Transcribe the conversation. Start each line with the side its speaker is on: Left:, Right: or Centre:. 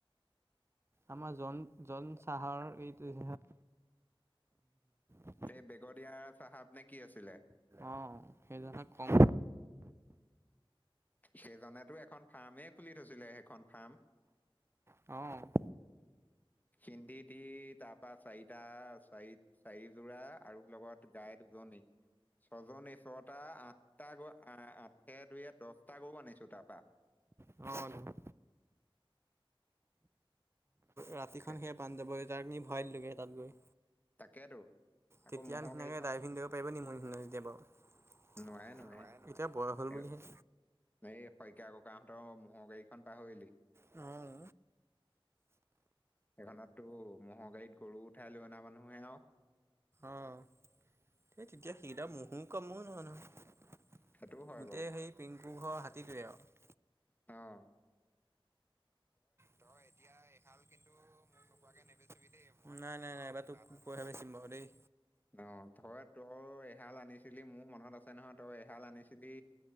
Right: আমাৰ জন জন চাহাৰৰ এইটো <unintelligible>
Left: এই বেগদিয়াৰ চাহাপ নে কি আছিলে।
Right: অ'। সেই জনে কম
Left: সেইজনেটো এখন ফাৰ্মেই খুলি থৈছিলে, সেইখন ফাৰ্ম।
Right: অ',
Left: হিন্দী দি তাপ পা চাৰিটা, চাৰি, চাৰিযোৰা আৰু লগত গাই দুজনী। ছজনী ছটা আঠটা গৰু আঠে দুইয়ে দচটা গৰু আনিছো তাৰপা। <inaudible>
Right: অ', ৰাতিখন
Left: তাকে
Right: সেয়া পাঞ্জাবৰ সেই তাত নি ভৰাই দিলো গে সেই তাত গৈ।
Left: তাকেতো আকৌ
Right: তেতিয়া
Left: ম'হৰ
Right: নিচিনাকে
Left: গাড়ীখন
Right: ড্ৰাইভিং কৰিব পাৰিব নি মোৰ নিছিনাকে কেতিয়া বাৰু।
Left: নোৱাৰে নোৱাৰে
Right: এতিয়া বয়স হ'ল
Left: এ-
Right: বুলিহে
Left: এই শইকীয়া ককাহঁতৰ ম'হৰ গাড়ীখন পাহৰিলি
Right: উম,
Left: এখনত টো ম'হৰ গাড়ীত গৰু উঠাই লৈ অনা মানুহে আৰু।
Right: অ', সেই তেতিয়া সেইকিতা ম'হৰ কামো নহয়, নহয়।
Left: সেইটোও হয়
Right: গোটেই
Left: বাৰু
Right: সেই পিংকু ঘৰ হাতীটোৱে আৰু।
Left: অ',
Right: তই এতিয়া এহাল কিন্তু মোক নোকোৱাকে নেবেচিবি দেই, নাই, নাই, নাই এইবাৰ টোক কৈহে বেচিম বাৰু দেই।
Left: অ', তই তোৰ এহাল আনিছিলি মোৰ মনত আছে নহয়, তই এহাল আনিছিলি।